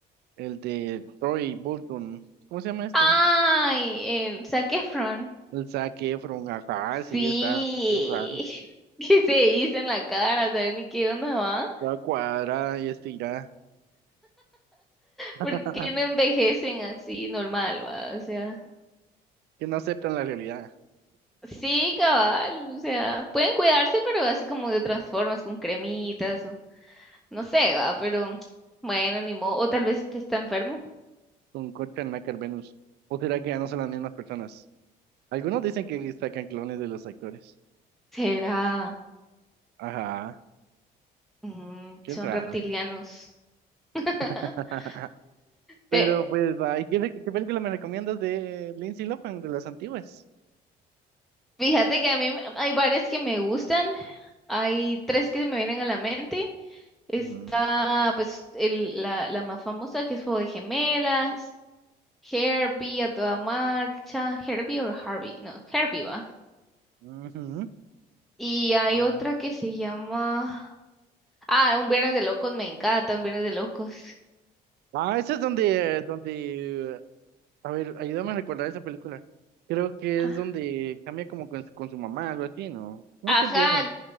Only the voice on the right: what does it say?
El de Troy Bolton. ¿Cómo se llama este?
El Zac Efron. Ajá, sí,
está bien raro.
Está cuadrada y estirada.
<laughs>
Ajá,
que no aceptan la realidad
con Courtney Acker Venus. ¿O será que ya no son las mismas personas? Algunos dicen que sacan clones de los actores.
Ajá,
qué
raro.
<laughs> Pero
pues, va, ¿y qué, re- qué película me recomiendas de Lindsay Lohan, de las antiguas?
Ujú,
ujú.
Ah,
ah, esa es donde, donde A ver, ayúdame a recordar esa película. Creo que es
donde cambia como con su, con su mamá, algo así, ¿no? ¿Cómo
es que empieza?